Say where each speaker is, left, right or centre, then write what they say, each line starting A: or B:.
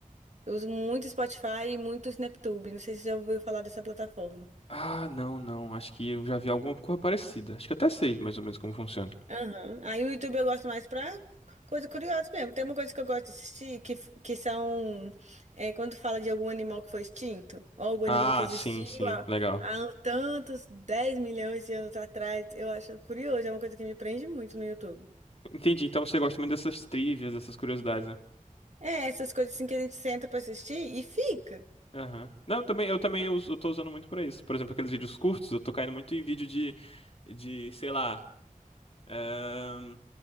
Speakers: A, on the right; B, on the left.
A: Eu uso muito Spotify e muito SnapTube, não sei se você já ouviu falar dessa plataforma.
B: Ah, não, não. Acho que eu já vi alguma coisa parecida. Acho que eu até sei mais ou menos como funciona.
A: Aham. Aí o YouTube eu gosto mais pra coisa curiosa mesmo. Tem uma coisa que eu gosto de assistir que, f- que são é, quando fala de algum animal que foi extinto, ou algum
B: Ah,
A: animal que existiu
B: sim, sim,
A: há,
B: legal.
A: há um tantos 10 milhões de anos atrás. Eu acho curioso, é uma coisa que me prende muito no YouTube.
B: Entendi. Então você gosta muito dessas trivias, dessas curiosidades, né?
A: É, essas coisas assim que a gente senta pra assistir e fica.
B: Aham. Não, também, eu também uso- eu tô usando muito pra isso. Por exemplo, aqueles vídeos curtos, eu tô caindo muito em vídeo de, de, sei lá, ahn,